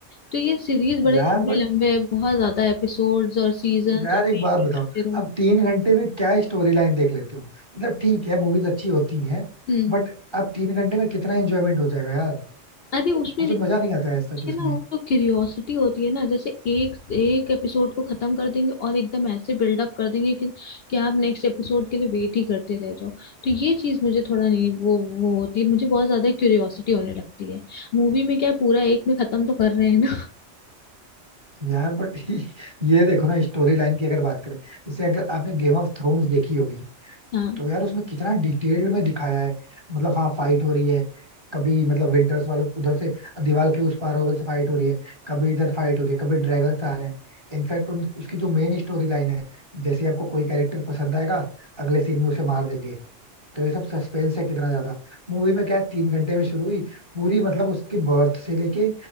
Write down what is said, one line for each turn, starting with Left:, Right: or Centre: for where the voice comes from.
Left: तो ये सीरीज बड़े
Right: यार
Left: लंबे
Right: बट
Left: लंबे है बहुत ज्यादा एपिसोड्स और सीजन
Right: यार
Left: और वेट
Right: एक बात बताओ
Left: ही करते रहो
Right: अब तीन घंटे में क्या स्टोरी लाइन देख लेते हो मतलब ठीक है मूवीज अच्छी होती हैं
Left: हम्म
Right: बट अब तीन घंटे में कितना एंजॉयमेंट हो जाएगा यार
Left: अरे उसमें
Right: मुझे मजा नहीं आता
Left: ये
Right: है सच उसमें
Left: ना वो तो क्यूरियोसिटी होती है ना जैसे एक एक एपिसोड को खत्म कर देंगे और एकदम ऐसे बिल्डअप कर देंगे कि कि आप नेक्स्ट एपिसोड के लिए वेट ही करते रह जाओ तो ये चीज मुझे थोड़ा नहीं वो वो होती है मुझे बहुत ज्यादा क्यूरियोसिटी होने लगती है मूवी में क्या है, पूरा एक में खत्म तो कर रहे हैं ना
Right: यार बट <laughs> ये देखो ना स्टोरी लाइन की अगर बात करें जैसे अगर आपने गेम ऑफ थ्रोन्स देखी होगी
Left: <laughs> हाँ
Right: तो यार उसमें कितना डिटेल्ड में दिखाया है मतलब हाँ फाइट हो रही है कभी मतलब विंटर्स वाले उधर से दीवार के उस पार वाले से फाइट हो रही है कभी इधर फाइट हो रही है कभी ड्रैगन आ रहे हैं इनफैक्ट उन उसकी जो मेन स्टोरी लाइन है जैसे आपको कोई कैरेक्टर पसंद आएगा अगले सीन में उसे मार देंगे तो ये सब सस्पेंस है कितना ज्यादा मूवी में क्या है, तीन घंटे में शुरू हुई पूरी मतलब उसकी बर्थ से लेके